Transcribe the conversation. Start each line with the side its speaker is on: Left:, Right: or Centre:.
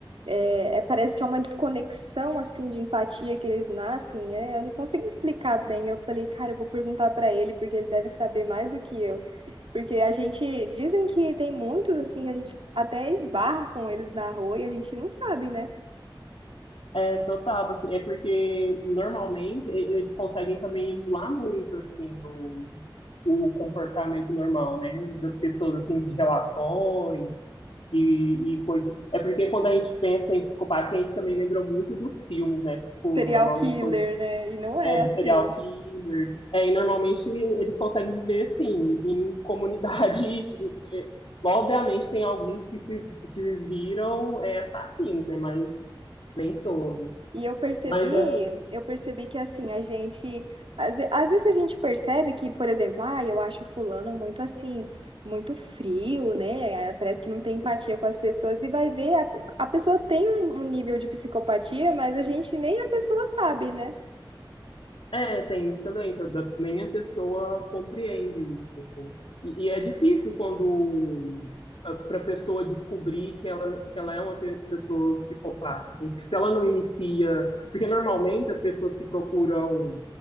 Right: é, é, parece que é uma desconexão assim de empatia que eles nascem, né? Eu não consigo explicar bem. Eu falei, cara, eu vou perguntar pra ele, porque ele deve saber mais do que eu. Porque a gente dizem que tem muitos assim, a gente até esbarra com eles na rua e a gente não sabe, né?
Left: É, total, assim, é porque normalmente e- eles conseguem também emular muito, assim, o, o comportamento normal, né, das pessoas, assim, de relações e, e coisas. É porque quando a gente pensa em psicopatia, a gente também lembra muito dos filmes, né, tipo,
Right: Serial
Left: normalmente
Right: killer,
Left: quando
Right: né? E não é
Left: é do
Right: assim.
Left: serial killer, é, e normalmente eles conseguem viver, assim, em comunidade, <laughs> É, Obviamente, tem alguns que se que viram é, assassinos, né? Mas nem todos.
Right: E eu percebi,
Left: Mas é,
Right: eu percebi que assim, a gente, às, ve- às vezes a gente percebe que, por exemplo, ah, eu acho fulano muito assim, muito frio, né? Eh, Parece que não tem empatia com as pessoas e vai ver, a, a pessoa tem um, um nível de psicopatia, mas a gente nem a pessoa sabe, né?
Left: É, tem isso também, que às vezes nem a pessoa compreende isso, assim. E, e é difícil quando para a pessoa descobrir que ela, que ela é uma pe- pessoa psicopata, assim, porque se ela não inicia, porque normalmente as pessoas que procuram